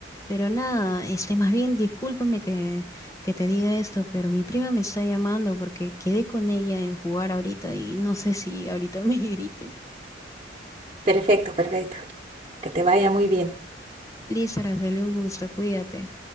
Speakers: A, on the left; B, on the right.
A: pero nada, este, más bien discúlpame que, que te diga esto, pero mi prima me está llamando porque quedé con ella en jugar ahorita y no sé si ahorita <laughs> me grite.
B: Perfecto, perfecto. Que te vaya muy bien.
A: Liz, Araceli, un gusto, cuídate.